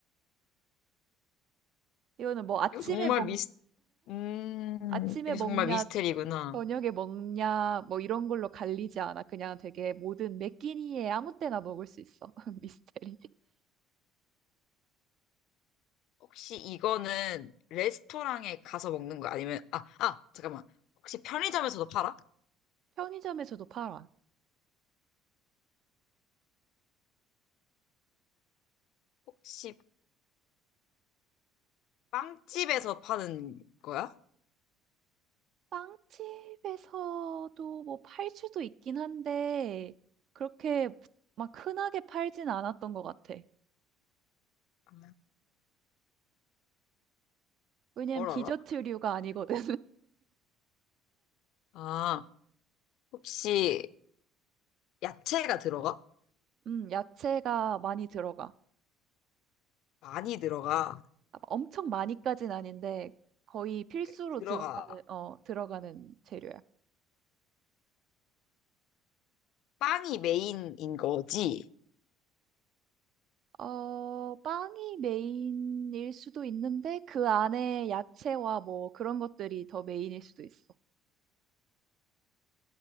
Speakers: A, on the right; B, on the left.
A: 이거는 뭐 아침에
B: 이거 정말
A: 먹
B: 미스 음,
A: 아침에
B: 이게
A: 먹냐
B: 정말 미스테리구나.
A: 저녁에 먹냐 뭐 이런 걸로 갈리지 않아. 그냥 되게 모든 매끼니에 아무 때나 먹을 수 있어. <laughs> 미스테리.
B: 혹시 이거는 레스토랑에 가서 먹는 거 아니면, 아, 아, 잠깐만. 혹시 편의점에서도 팔아?
A: 편의점에서도 팔아.
B: 혹시 빵집에서 파는 거야?
A: 빵집에서도 뭐 팔 수도 있긴 한데 그렇게 막 흔하게 팔진 않았던 것 같아.
B: 아,
A: 왜냐면
B: 뭘
A: 디저트류가
B: 알아?
A: 아니거든.
B: 아, 혹시 야채가 들어가?
A: 음, 야채가 많이 들어가.
B: 많이 들어가.
A: 아, 엄청 많이까진 아닌데 거의 필수로
B: 그, 들어가.
A: 들어가는 어, 들어가는 재료야.
B: 빵이 메인인 거지?
A: 어, 빵이 메인일 수도 있는데 그 안에 야채와 뭐 그런 것들이 더 메인일 수도 있어.